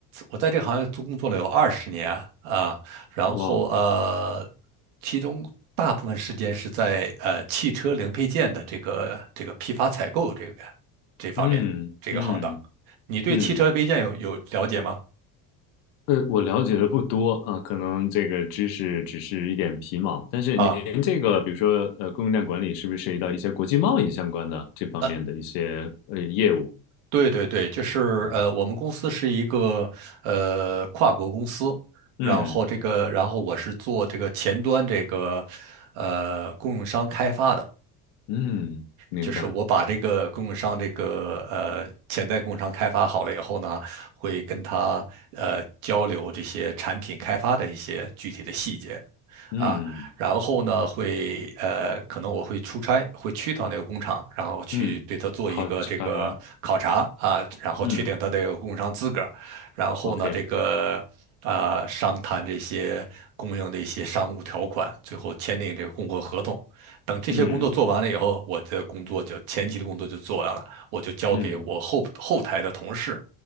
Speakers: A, on the right; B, on the left.
A: 我在这个行业工作了有二十年啊，然后呃，
B: 哇哦，
A: 其中大部分时间是在呃汽车零配件的这个这个批发采购这个这方面这个行当。
B: 嗯嗯
A: 你对汽车零配件有有了解吗？
B: 嗯。呃，我了解的不多啊，可能这个知识只是一点皮毛。但是您这个，
A: 啊？
B: 比如说呃，供应链管理是不是涉及到一些国际贸易相关的这方面的一些呃业务？
A: 呃，对对对，就是呃，
B: 啊？
A: 我们公司是一个呃跨国公司，
B: 嗯
A: 然后这个，然后我是做这个前端这个呃供应商开发的。
B: 嗯，明白，
A: 就是我把这个供应商这个呃潜在供应商开发好了以后呢，会跟他呃交流这些产品开发的一些具体的细节
B: 嗯
A: 啊，然后呢会呃可能我会出差，会去到那个工厂，然后去对他做一个这个考察啊，
B: 嗯，考察，
A: 然后确定他的供应商资格，
B: 嗯
A: 然后呢这个。
B: ，OK，
A: 啊、商谈这些供应的一些商务条款，最后签订这个供货合同。等这些工作做完了以后，
B: 嗯
A: 我的工作就前期的工作就做完了，我就交给我后后台的同事，
B: 嗯